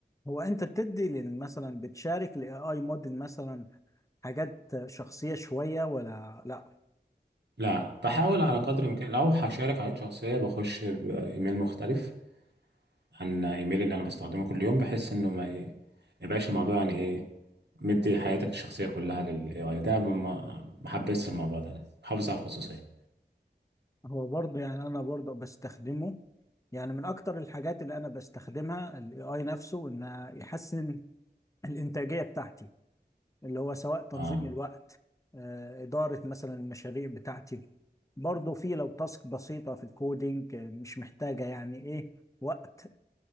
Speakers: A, on the left; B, on the right.
A: هو انت بتدي لل- مثلا بتشارك الاي اي موديل مثلا حاجات شخصية شوية ولا لا
B: لا بحاول على قدر الامكان لو هشارك حاجات شخصيه بخش بايميل مختلف عن ايميل اللي انا بستخدمه كل يوم بحيث انه ما ايه ما يبقاش الموضوع يعني ايه مدي حياتك الشخصيه كلها للاي اي ده ما ما حبيتش الموضوع ده انا بحافظ على الخصوصيه
A: هو برضه يعني انا برضه بستخدمه يعني من اكتر الحاجات اللي انا بستخدمها الاي اي نفسه ان يحسن الانتاجيه بتاعتي اللي هو سواء تنظيم
B: اه
A: الوقت آه، اداره مثلا المشاريع بتاعتي برضه في لو تاسك بسيطه في الكودينج آه، مش محتاجه يعني ايه وقت